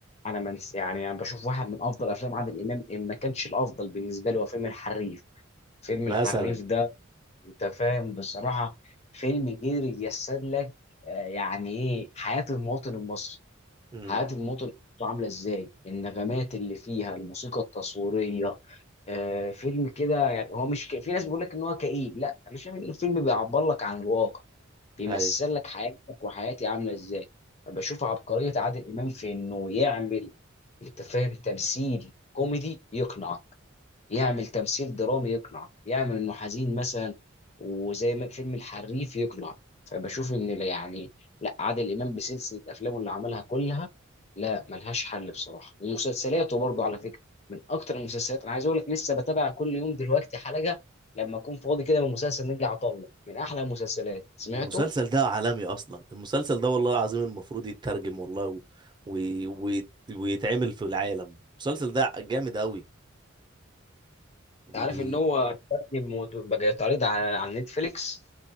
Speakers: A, on the left; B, on the right.
A: انا منس يعني انا بشوف واحد من افضل افلام عادل امام ان ما كانش الافضل بالنسبه لي هو فيلم الحريف فيلم
B: مثلا
A: الحريف ده انت فاهم بصراحه فيلم قدر يجسد لك آه، يعني ايه حياه المواطن المصري
B: امم
A: حياه المواطن المصري عامله ازاي النغمات اللي فيها الموسيقى التصويريه آه، فيلم كده يعني هو مش ك... في ناس بيقول لك ان هو كئيب لا انا شايف ان الفيلم بيعبر لك عن الواقع بيمثل
B: أيوه.
A: لك حياتك وحياتي عامله ازاي بشوف عبقريه عادل امام في انه يعمل انت فاهم تمثيل كوميدي يقنعك يعمل تمثيل درامي يقنعك يعمل انه حزين مثلا وزي ما فيلم الحريف يقنعك فبشوف ان لا يعني لا عادل امام بسلسله افلامه اللي عملها كلها لا ملهاش حل بصراحه ومسلسلاته برضه على فكره من اكتر المسلسلات انا عايز اقول لك لسه بتابع كل يوم دلوقتي حلقه لما اكون فاضي كده من مسلسل نجي عطله من احلى المسلسلات سمعته
B: المسلسل ده عالمي اصلا المسلسل ده والله العظيم المفروض يترجم والله و... و... و... ويتعمل في العالم المسلسل ده جامد قوي وال...
A: انت عارف ان هو موت- بقى يتعرض على على نتفليكس